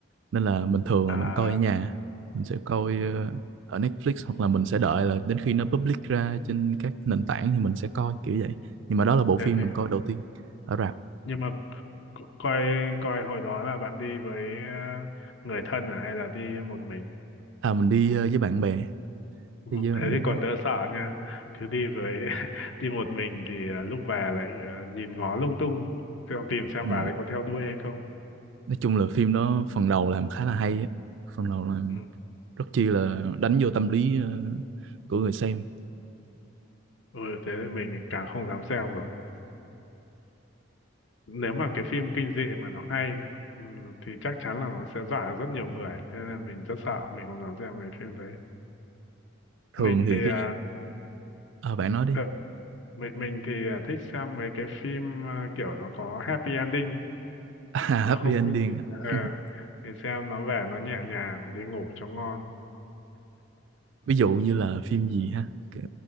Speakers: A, on the right; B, on the left.
A: nên là mình thường
B: à
A: là mình coi ở nhà mình sẽ coi
B: ừ.
A: ờ, ở Netflix hoặc là mình sẽ đợi là đến khi nó public ra trên các nền tảng thì mình sẽ coi kiểu vậy
B: ừ.
A: nhưng mà đó là bộ phim
B: Thế thì
A: mình coi đầu tiên ở rạp
B: nhưng mà coi coi hồi đó là bạn đi với ờ, người thân à hay là đi một mình
A: à mình đi ờ, với bạn bè
B: ừ,
A: đi với
B: thế
A: bạn
B: thì
A: bè
B: còn đỡ sợ nha cứ đi với <laughs> đi một mình thì ờ, lúc về lại ờ, nhìn ngó lung tung xem tìm xem
A: ừ.
B: bà ấy có theo đuôi hay không
A: nói chung là phim đó phần đầu làm khá là hay á. phần đầu làm
B: ừ.
A: rất chi là đánh vô tâm lý ờ, của người xem
B: ừ thế thì mình càng không dám xem rồi nếu mà cái phim kinh dị mà nó hay ừ, thì chắc chắn là nó sẽ dọa được rất nhiều người thế nên mình rất sợ mình không dám xem mấy phim đấy
A: thường
B: mình
A: thì
B: thì
A: cái
B: ờ,
A: à, bạn nói đi
B: ờ, mình mình thì à, thích xem mấy cái phim à, kiểu nó có happy ending ấy.
A: <laughs> à,
B: nó
A: happy
B: không
A: ending
B: kinh dị ờ
A: à. <laughs>
B: thì xem nó về nó nhẹ nhàng đi ngủ cho ngon
A: ví dụ như là phim gì ha Kiểu-